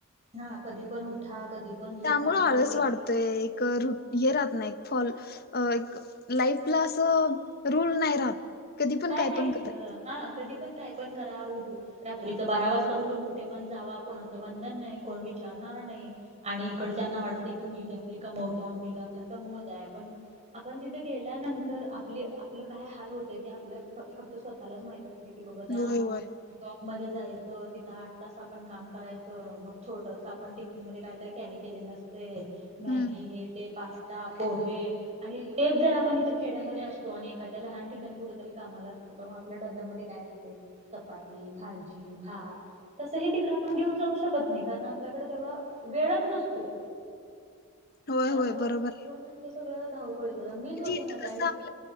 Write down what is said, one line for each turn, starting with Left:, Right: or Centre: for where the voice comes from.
Right: हा, कधी पण उठा, कधी पण
Left: त्यामुळं
Right: झोपा हा
Left: आळस
Right: कोण विचार
Left: वाढतोय, एक रु-हे राहत नाही, एक फॉल अ एक, लाईफला असं रूल नाही राहत. कधी पण
Right: काय नाहीच
Left: पण कराय
Right: ग! हा, कधी पण, काय पण करा उठू रात्रीचं बारा वाजता उठून कुठे पण जावा, कोणाचं बंधन नाही, कोण विचारणारं नाही! आणि इकडच्यांना वाटतं की, मुलगी आपली कमवत आहे, मुलगा आपला कमवत आहे, पण आपण तिथे गेल्यानंतर, आपली... आपलं काय हाल होतय? ते आपलं फ-फक्त स्वतःलाच माहित असतय की, बघ त्या
Left: होय होय
Right: शॉप मध्ये जायचं, तिथं आठ तास आपण काम करायचं, मग थोडस आपण मध्ये काहीतरी कॅरी केलेलं असतय, मॅगी
Left: हम्म
Right: हे ते पास्ता, पोहे आणि तेच जर आपण इथं खेड्यामध्ये असतो, आणि एखाद्या लहान ठी तेंनी कुठ तरी कामाला असतं, तर मग आपल्या डब्यामध्ये काय असतय चपाती, भाजी, भात. तसंही तिकडं आपण घेऊन जाऊ शकत नाही, कारण आपल्याकडे तेवढा वेळच नसतोय.
Left: <inaudible>
Right: त्यामुळं,
Left: होय बरोबर आहे.
Right: पूर्ण हे सगळं धावपळीचंच! अन मीच
Left: म्हणजे
Right: होते
Left: इथं
Right: ना त्यावेळी.
Left: <inaudible>